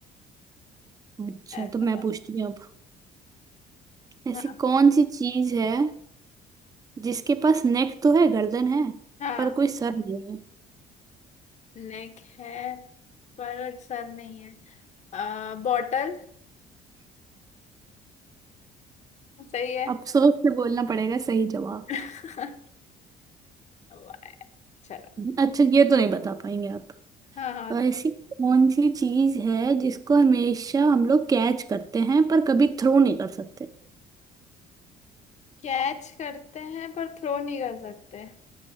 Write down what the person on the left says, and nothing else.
ऐसा
था।
हाँ
हाँ
नेक है पर सर नहीं है आ, बॉटल सही है
<laughs> वाह, चलो
हाँ हाँ
कैच करते हैं पर थ्रो नहीं कर सकते